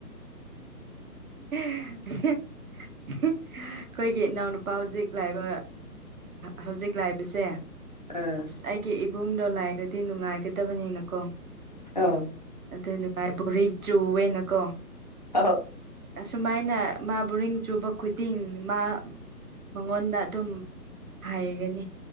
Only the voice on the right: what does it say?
ꯑꯩꯈꯣꯏꯒꯤ ꯏꯅꯥꯎꯅꯨꯄꯥ ꯍꯧꯖꯤꯛ ꯂꯥꯛꯏꯕ ꯍꯧꯖꯤꯛ ꯂꯥꯛꯏꯕꯁꯦ ꯑꯁ
ꯑꯩꯒꯤ ꯏꯕꯨꯡꯗꯣ ꯂꯥꯏꯔꯗꯤ ꯅꯨꯡꯉꯥꯏꯒꯗꯕꯅꯤꯅꯀꯣ
ꯑꯗꯨꯏ ꯕꯣꯔꯤ ꯆꯨꯋꯦꯅꯀꯣ
ꯁꯨꯃꯥꯏꯅ ꯃꯥꯕꯨꯔꯤꯡ ꯆꯨꯕ ꯈꯨꯗꯤꯡ ꯃꯥ ꯃꯉꯣꯟꯗ ꯑꯗꯨꯝ ꯍꯥꯏꯒꯅꯤ